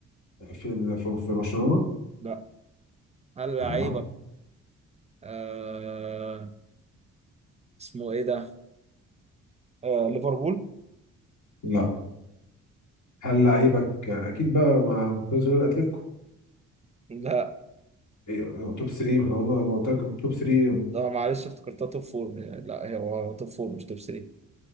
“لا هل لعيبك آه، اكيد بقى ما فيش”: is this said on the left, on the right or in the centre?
Left